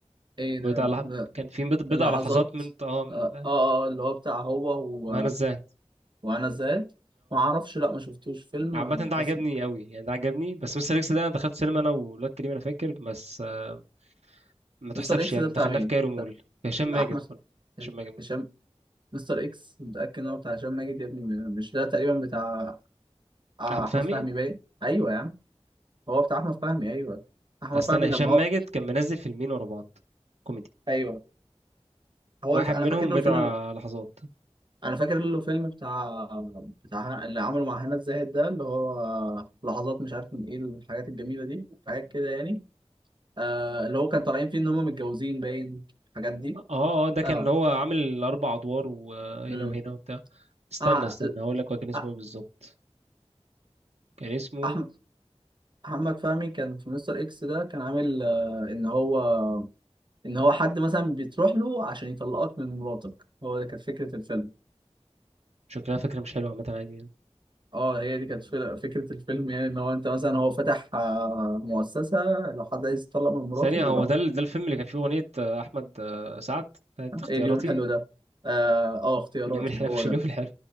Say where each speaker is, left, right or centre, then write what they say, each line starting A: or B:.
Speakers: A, on the right; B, on the right.
A: ايه ده
B: بضع لح...
A: م-
B: كان في بض- بضع
A: لحظات
B: لحظات من اه من...
A: اه اه آه، اللي هو بتاع هو و...
B: هنا ازاي
A: وانا زاد ما اعرفش لا ما شفتوش فيلم
B: عامة ده
A: بس
B: عجبني قوي يعني ده عجبني بس مستر اكس ده انا دخلت سينما انا والواد كريم انا فاكر بس آه، ما تحسبش
A: مستر اكس
B: يعني
A: ده بتاع
B: دخلناه
A: مين
B: في كايرو مول
A: بتاع
B: في هشام
A: بتاع
B: ماجد
A: احمد
B: برضه هشام ماجد برضه
A: هشام مستر اكس متاكد ان هو بتاع هشام ماجد يا ابني مش ده تقريبا بتاع آه
B: احمد
A: احمد
B: فهمي
A: فهمي باين ايوه يا عم هو بتاع احمد فهمي ايوه احمد
B: استنى
A: فهمي لما
B: هشام
A: هو
B: ماجد كان منزل فيلمين ورا بعض كوميدي
A: ايوه هو
B: واحد
A: الف... انا
B: منهم
A: فاكر له
B: بضع
A: الفيلم اللي
B: لحظات
A: انا فاكر له فيلم بتاع بتاع اللي عمله مع هنا الزاهد ده اللي هو لحظات مش عارف من ايه الحاجات الجميله دي حاجات كده يعني آه اللي هو كان طالعين فيه ان هم متجوزين باين الحاجات دي
B: اه اه ده كان
A: اه
B: اللي هو عامل اربع ادوار وهنا
A: امم
B: وهنا وبتاع استنى
A: آه.
B: استنى هقول لك هو كان اسمه
A: آه.
B: ايه بالظبط كان اسمه
A: احمد محمد فهمي كان في مستر اكس ده كان عامل آه ان هو ان هو حد مثلا بتروح له عشان يطلقك من مراتك هو ده كانت فكره الفيلم
B: شكلها فكرة مش حلوة عامة عادي يعني
A: اه هي دي كانت فل- فكرة الفيلم يعني ان هو انت مثلا هو فتح آه، مؤسسة لو حد عايز يتطلق من مراته
B: ثانية
A: بيروح
B: هو ده ال- ده الفيلم اللي كان فيه أغنية آه، أحمد آه، سعد بتاعت اختياراتي
A: ايه اليوم حلو ده اه آه، اختياراتي
B: اليوم الحلو
A: هو
B: مش
A: ده
B: اليوم الحلو